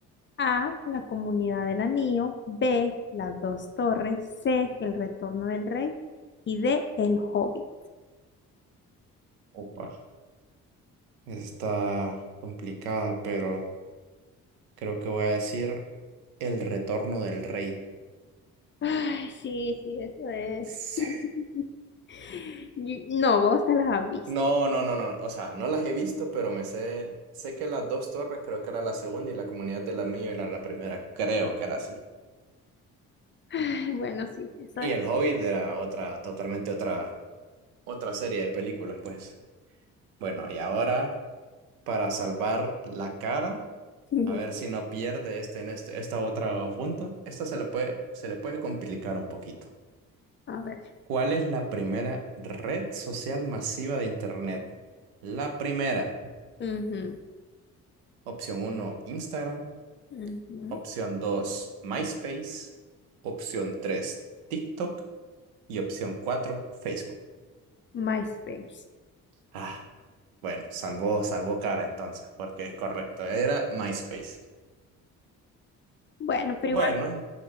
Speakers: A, on the left; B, on the right.
A: A. La Comunidad del Anillo. B. Las Dos Torres. C. El Retorno del Rey. Y D. El Hobbit.
B: Opa, está complicada, pero creo que voy a decir El retorno del rey.
A: Ay, sí, sí, eso es.
B: Sí.
A: <laughs> Y- No, vos te las has visto.
B: No, no, no, no. O sea, no las he visto, pero me sé. Sé que las dos torres creo que era la segunda y la comunidad del anillo era la primera. Creo que era así.
A: Ay, bueno, sí, eso
B: Y
A: es.
B: El Hobbit era otra, totalmente otra, otra serie de películas, pues. Bueno, y ahora, para salvar la cara,
A: <laughs>
B: a ver si no pierde este en este, esta otra punto. Esta se le puede, se le puede complicar un poquito.
A: A ver.
B: ¿Cuál es la primera red social masiva de Internet? La primera,
A: Ujú,
B: opción uno Instagram,
A: ujú.
B: opción 2 MySpace, opción 3 TikTok y opción 4 Facebook.
A: MySpace.
B: Ah, bueno, salvó, salvó cara entonces, porque es correcto, era MySpace.
A: Bueno, pero
B: Bueno,
A: igual,